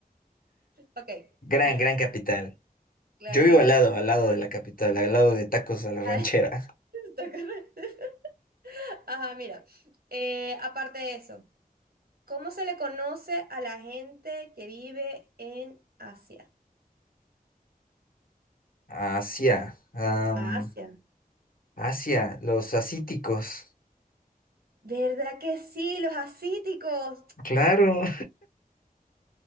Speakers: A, on the right; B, on the left.
A: Ok,
B: Gran,
A: mira.
B: gran capital.
A: Gran
B: Yo vivo
A: capital.
B: al lado, al lado de la capital, al lado de tacos a la ranchera.
A: <laughs> <laughs> Ajá, mira. eh, aparte de eso, ¿cómo se le conoce a la gente que vive en Asia?
B: Asia, am,
A: A Asia.
B: Asia, los asíticos.
A: ¿Verdad que sí? Los asiáticos?
B: Claro.